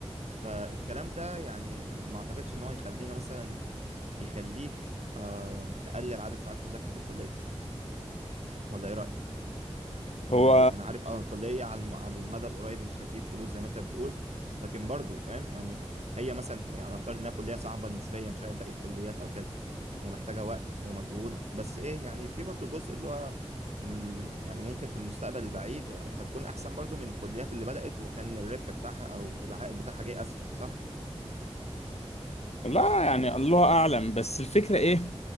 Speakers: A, on the right (about 80°); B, on the left (about 75°).
A: فالكلام ده يعني ما اعتقدش ان هو يخلينا مثلا يخليك آه تقلل عدد ساعات مذاكرة الكلية ولا ايه رأيك يعني
B: هو
A: انا عارف اه الكلية على الم- على المدى القريب مش هتجيب فلوس زي ما انت بتقول لكن برضو فاهم يعني هي مثلا يعني افترض انها كلية صعبة نسبيا شوية باقي الكليات او كده ومحتاجة وقت ومجهود بس ايه يعني في برضو جزء اللي هو ال... يعني ممكن في المستقبل البعيد هتكون احسن برضو من الكليات اللي بدأت وكان الربح بتاعها او العائد بتاعها جاي اسرع صح؟
B: لا يعني الله اعلم بس الفكره ايه